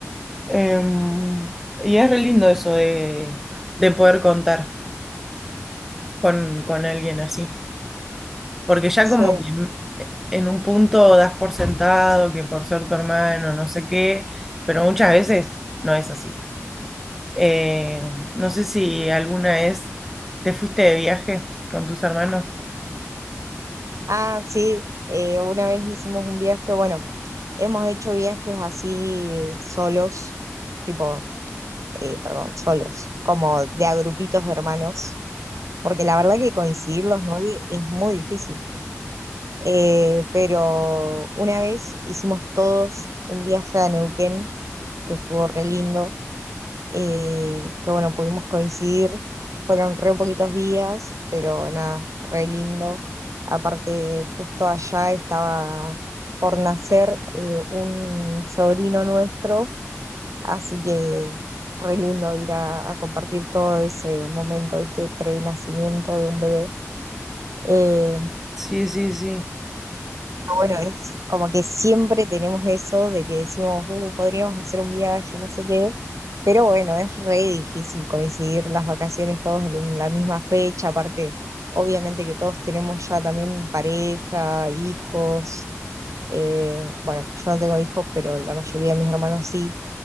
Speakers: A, in the centre; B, on the right (about 75°).
A: Em, y es re lindo eso de, de poder contar con, con alguien así, porque ya
B: Sí.
A: como que en en un punto das por sentado que por ser tu hermano, no sé qué, pero muchas veces no es así. Eh, no sé si alguna vez te fuiste de viaje con tus hermanos.
B: Ah, sí, eh, una vez hicimos un viaje, bueno, hemos hecho viajes así eh, solos tipo eh, perdón, solos, como de a grupitos de hermanos, porque la verdad que coincidir los nueve es muy difícil. Eh, pero una vez hicimos todos un viaje a Neuquén, que estuvo re lindo, eh, que bueno, pudimos coincidir, fueron re poquitos días, pero nada, re lindo. Aparte, justo allá estaba por nacer eh, un sobrino nuestro Así que re lindo ir a, a compartir todo ese momento, ¿viste? Pre-nacimiento de un bebé. Eh,
A: Sí, sí, sí,
B: pero bueno, es como que siempre tenemos eso de que decimos, "Uh, podríamos hacer un viaje, no sé qué. Pero bueno, es re difícil coincidir las vacaciones todos en la misma fecha. Aparte, obviamente que todos tenemos ya también pareja, hijos. eh, bueno, yo no tengo hijos, pero la mayoría de mis hermanos sí.